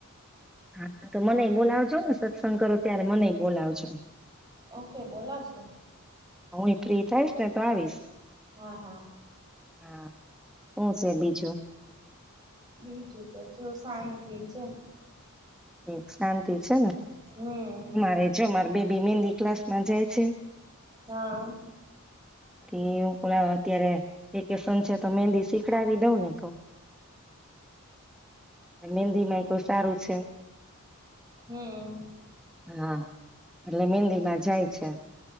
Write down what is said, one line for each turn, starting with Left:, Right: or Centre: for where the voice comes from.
Centre: હા તો મનેય બોલાવજો ને સત્સંગ કરો ત્યારે મનેય બોલાવજો.
Right: ઓકે બોલાવશો.
Centre: હું એ ફ્રી થાયશ ને તો આવીશ.
Right: હા, હા.
Centre: હા. શું છે બીજું
Right: બીજું તો જો શાંતિ છે.
Centre: એક શાંતિ છે ને
Right: હમ
Centre: મારે જો માર બેબી મહેંદી ક્લાસ. મજાય છે.
Right: હા
Centre: થી હું <unintelligible> અત્યારે વેકેશન છે તો મેંદી શીખડાવી દઉં ને ક મેંદી માં સારું છે
Right: હમ
Centre: હા એટલે મેંદી માં જાય છે.